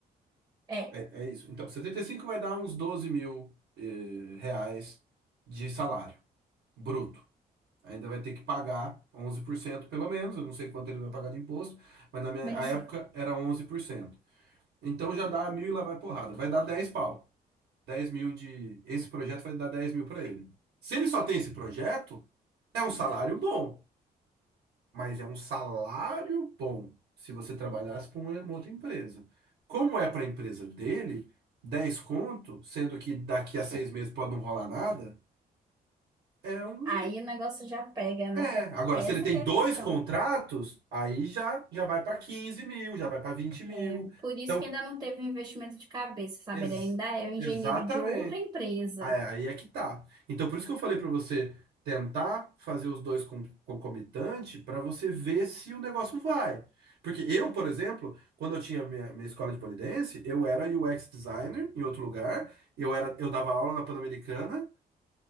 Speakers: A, on the right; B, on the right.
A: É,
B: É, é isso. Então, 75 vai dar uns 12 mil eh, reais de salário bruto. Ainda vai ter que pagar 11% pelo menos, eu não sei quanto ele vai pagar de imposto, mas na minha
A: bem
B: época
A: sei.
B: era 11%. Então já dá mil e lá vai porrada. Vai dar 10 pau. dez mil de. Esse projeto vai dar 10 mil para ele. Se ele só tem esse projeto, é um salário bom. Mas é um salário bom se você trabalhasse para uma outra empresa. Como é para a empresa dele, 10 conto, sendo que daqui a seis meses pode não rolar nada, é um.
A: Aí o negócio já pega, né?
B: É. Agora,
A: Essa
B: se ele tem
A: que é
B: dois
A: a questão.
B: contratos, aí já, já vai para 15 mil, já vai para 20 mil.
A: É por isso
B: Então,
A: que ainda não teve um investimento de cabeça, sabe?
B: ex-
A: Ele ainda é o engenheiro
B: exatamente.
A: de outra empresa.
B: Ah, é, aí é que tá. Então, por isso que eu falei pra você tentar fazer os dois con- concomitante pra você ver se o negócio vai. Porque eu, por exemplo, quando eu tinha minha, minha escola de pole dance, eu era UX designer em outro lugar, eu era, eu dava aula na Pan-Americana